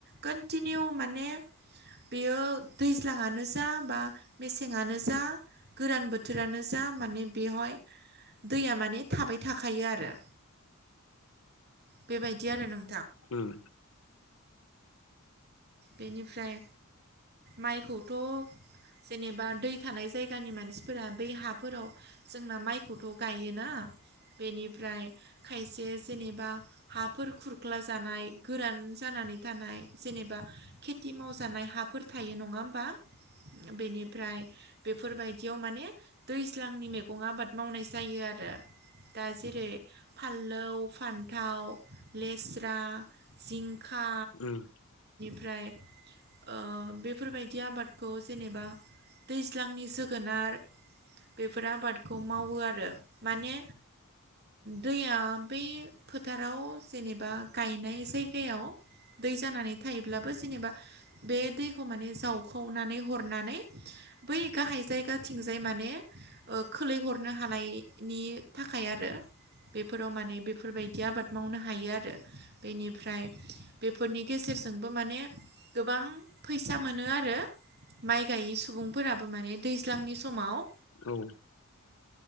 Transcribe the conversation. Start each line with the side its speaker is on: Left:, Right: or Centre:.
Right: कन्टिनिउ माने बेयो दैज्लाङानो जा बा मेसेंनो जा गोरान बोथोरानो जा मानो बेवहाय दैया माने थाबाय थाखायो आरो बेबायदि आरो नों
Left: ओम
Right: बेनिफ्राय माइखौथ' जेनेबा दै थानाय जायगानि मानसिफोरा बै हाफोराव जोंना माइखौथ' गायोना। बेनिफ्राय खायसे जेनेबा हाफोर खुर ख्ला जानाय गोरान जानानै थानाय जेनेबा खेथि मावजानाय हाफोर थायो नङा होमबा। बेनिफ्राय बेफोरबायदियाव माने दैज्लांनि मैगं आबाद मावनाय जायो आरो दा जेरै फानलौ फान्थाव लेस्रा जिंखा
Left: ओम
Right: फ्राय ओ बेफोरबायदि आबादखौ जेनेबा दैज्लांनि जोगोनार बेफोर आबादखौ मावो आरो ओ माने दैया बै फोथाराव जेनेबा गायनाय जायगायाव दै जानानै थायोब्लाबो जेनेबा बे दैखौ माने जावखावनानै हरनानै बै गाहाय जायगाथिंजाय माने खोलैहरनो हानायनि थाखाय आरो बेफोराव माने बेफोरबायदि आबाद मावनो हायो आरो बेनिफ्राय बेफोरनि गेजेरजोंबो माने गोबां फैसा मोनो आरो माइ गायै सुबुंफोराबो माने दैज्लांनि समाव
Left: औ